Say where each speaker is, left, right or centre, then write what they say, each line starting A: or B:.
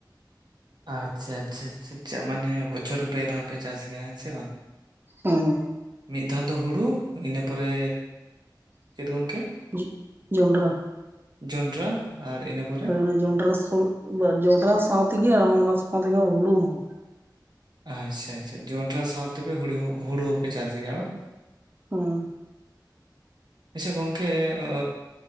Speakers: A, on the right (about 65°); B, on the right (about 30°).
A: ᱟᱪᱪᱷᱟ ᱟᱪᱪᱷᱟ ᱢᱟᱱᱮ ᱵᱚᱪᱷᱚᱨ ᱯᱮ ᱫᱷᱟᱣ ᱯᱮ ᱪᱟᱥ ᱜᱮᱭᱟ ᱦᱮᱸ ᱥᱮ ᱵᱟᱝ?
B: ᱦᱩᱸ ᱦᱩᱸ
A: ᱢᱤᱫ ᱫᱷᱟᱣ ᱫᱚ ᱦᱩᱲᱩ ᱤᱱᱟᱹ ᱯᱚᱨᱮ ᱪᱮᱫ ᱜᱚᱝᱠᱮ?
B: ᱡᱤ ᱡᱚᱸᱰᱨᱟ
A: ᱡᱚᱱᱰᱨᱟ ᱟᱨ ᱤᱱᱟᱹ ᱯᱚᱨ
B: ᱚᱱᱟ ᱡᱚᱱᱰᱨᱟ ᱥᱚ ᱡᱚᱱᱰᱨᱟ ᱥᱟᱶᱛᱮᱜᱮ ᱟᱨᱦᱚᱸ ᱚᱱᱟ ᱥᱟᱶᱛᱮᱜᱮ ᱦᱩᱲᱩ ᱦᱚᱸ
A: ᱟᱪᱪᱷᱟ ᱟᱪᱪᱷᱟ ᱡᱚᱱᱰᱨᱟ ᱥᱟᱶᱛᱮᱜᱮ ᱦᱩᱲᱩ ᱦᱩᱲᱩ ᱦᱚᱸᱯᱮ ᱪᱟᱥ ᱜᱮᱭᱟ ᱵᱟ?
B: ᱦᱮ
A: ᱟᱪᱪᱷᱟ ᱜᱚᱝᱠᱮ ᱚ